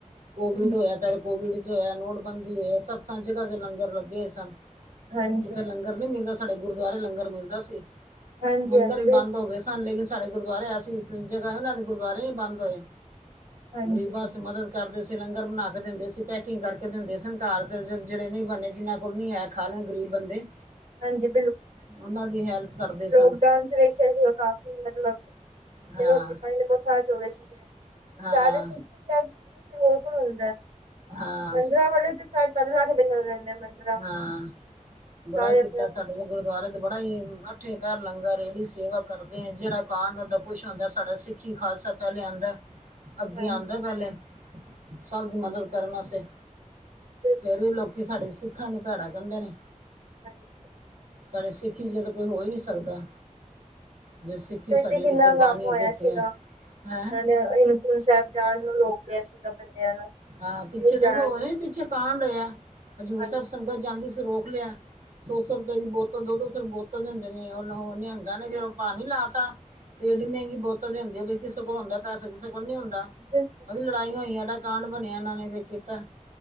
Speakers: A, on the right; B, on the right.
A: ਕੋਵਿਡ
B: ਹੂੰ
A: ਹੋਇਆ ਪਰ ਕੋਵਿਡ ਚ ਹੋਇਆ, ਨੋਟਬੰਦੀ ਹੋਇਆ, ਸੱਥਾਂ ਜਗ੍ਹਾ ਤੇ ਲੰਗਰ ਲੱਗੇ ਹੋਏ ਸਨ।
B: ਹਾਂਜੀ,
A: ਕਿਤੇ ਲੰਗਰ ਨੀ ਮਿਲਦਾ, ਸਾਡੇ ਗੁਰਦੁਆਰੇ ਲੰਗਰ ਮਿਲਦਾ ਸੀ
B: ਹਾਂਜੀ
A: ਮੰਦਿਰ
B: ਹਾਂ
A: ਵੀ
B: ਬਿਲਕੁਲ
A: ਬੰਦ ਹੋ ਗਏ ਸ ਸਾਨੂੰ ਲੇਕਿਨ ਸਾਡੇ ਗੁਰਦੁਆਰੇ ਐਸੀ ਜਗਾ ਐ ਉਹਨਾਂ ਦੇ ਗੁਰਦੁਆਰੇ ਨੀ ਬੰਦ ਹੋਏ।
B: ਹਾਂਜੀ,
A: ਗਰੀਬਾਂ ਵਾਸਤੇ ਮਦਦ ਕਰਦੇ ਸੀ ਲੰਗਰ ਬਣਾ ਕੇ ਦਿੰਦੇ ਸੀ ਪੈਕਿੰਗ ਕਰਕੇ ਕਰਕੇ ਦਿੰਦੇ ਸਨ ਘਰ ਚਲਜੋ ਜਿਹੜੇ ਨੀ ਬਨੇ, ਜਿਨਾਂ ਕੋਲ ਨੀ ਐ ਖਾਣ ਨੂੰ ਗਰੀਬ ਬੰਦੇ।
B: ਹਾਂਜੀ, ਬਿਲਕੁਲ
A: ਉਹਨਾਂ ਦੀ ਹੈਲਪ ਕਰਦੇ
B: ਲੋਕਡਾਊਨ
A: ਸਨ
B: ਚ ਵੇਖਿਆ ਸੀਗਾ ਕਾਫ਼ੀ ਮਤਲਬ,
A: ਹਾਂ
B: ਜੋ ਰੋਟੀ ਪਾਣੀ ਦੇ ਤਾਂ ਜੋੜੇ ਸੀਗੇ,
A: ਹਾਂ
B: ਸਾਰੇ ਸਿੱਖੀ ਤਿਆਗ <unintelligible>
A: ਹਾਂ
B: ਮੰਦਿਰਾਂ ਵਾਲੇ ਤੇ <unintelligible> ਤਾਲੇ ਲਾ ਕੇ <unintelligible>
A: ਹਾਂ, ਬੜਾ
B: ਸਾਰੇ
A: ਕੀਤਾ
B: ਆਪਣੇ ਆਪਣੇ
A: ਸਾਡ
B: ਘਰ।
A: ਸਾ ਗੁਰਦੁਆਰੇ ਤੇ ਬੜਾ ਈ, ਅੱਠੇ ਪੈਰ ਲੰਗਰ ਏਡੀ ਸੇਵਾ ਕਰਦੇਂ ਜੇੜਾ ਕਾਂਡ ਹੁੰਦਾ ਕੁਛ ਹੁੰਦਾ ਸਾਡਾ ਸਿੱਖ ਕੀ ਖਾਲਸਾ ਪੈਲੇ ਆਂਦਾ। ਅੱਗੇ
B: ਹਾਂਜੀ।
A: ਆਂਦਾ ਪੈਲੇ, ਸਭ
B: ਹਾਂਜੀ
A: ਦੀ ਮਦਦ ਕਰਨ ਵਾਸਤੇ।
B: ਬਿਲਕੁਲ
A: ਫੇਰ
B: ਬਿਲਕੁਲ
A: ਵੀ ਲੋਕੀ ਸਾਡੇ ਸਿੱਖਾਂ ਨੂੰ ਭੈੜਾ ਕੇਦੇ ਨੇ।
B: ਹਾਂਜੀ।
A: ਸਾਡੇ ਸਿੱਖੀ ਜਿਆ ਤੇ ਕੋਈ ਹੋ ਈ ਨਹੀਂ ਸਕਦਾ! ਜੋ ਸਿੱਖੀ
B: ਵੇਖਦੇ,
A: ਸਾਡੀ
B: ਕਿੰਨਾ
A: ਜਿਹੜੀ ਕੁਰਬਾਨੀ
B: ਕੰਮ ਹੋਇਆ
A: ਕੀਤੀਆਂ
B: ਸੀਗਾ।
A: ਹੈਂ
B: ਉਨ੍ਹਾਂ ਨੇ ਹੇਮਕੁੰਟ ਸਾਹਿਬ ਜਾਣ ਨੂੰ ਰੋਕ ਲਿਆ ਸੀਗਾ ਬੰਦਿਆਂ ਨੂੰ।
A: ਹਾਂ, ਪਿੱਛੇ
B: ਨਹੀਂ ਜਾਣਾ
A: ਦੇਖੋ ਹੋਰ
B: ਤੁਸੀਂ
A: ਨੀ ਪਿੱਛੇ ਕਾਂਡ ਹੋਇਆ। ਹਜ਼ੂਰ
B: ਹਾਂਜੀ
A: ਸਾਹਿਬ ਸੰਗਤ ਜਾਂਦੀ ਸੀ, ਰੋਕ ਲਿਆ। ਸੋ-ਸੌ ਰੁਪੇ ਦੀ ਬੋਤਲ, ਦੋ-ਦੋ ਸੌ ਰੁ ਬੋਤਲ ਦੇਂਦੇ ਨੇ। ਓਹਨਾਂ ਨਿਹੰਗਾ ਨੇ ਫਿਰ ਓ ਪਾਣੀ ਲਾ ਤਾ। ਵੀ ਏਡੀ ਮਹਿੰਗੀ ਬੋਤੱਲ ਦੇਂਦੇ ਓ! ਬਈ ਕਿਸੇ ਕੋਲ ਹੁੰਦਾ ਪੈਸਾ, ਕਿਸੇ ਕੋਲ ਨਹੀਂ ਹੁੰਦਾ।
B: ਬਿਲਕੁਲ
A: ਐ
B: ਬਿਲਕੁਲ
A: ਵੀ ਲੜਾਈਆਂ ਹੋਈਆਂ ਦਾ ਕਾਂਡ ਬਣਿਆ! ਐਨਾਂ ਨੇ ਵੀ ਕੀਤਾਂ,